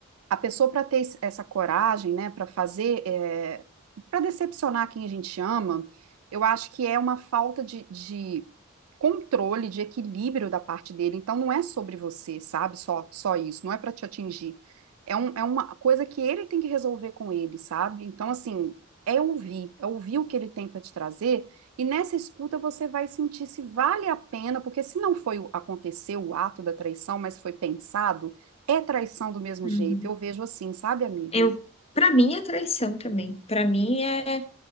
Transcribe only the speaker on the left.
Uhum.
Eu, para mim é traição também. Pra mim é,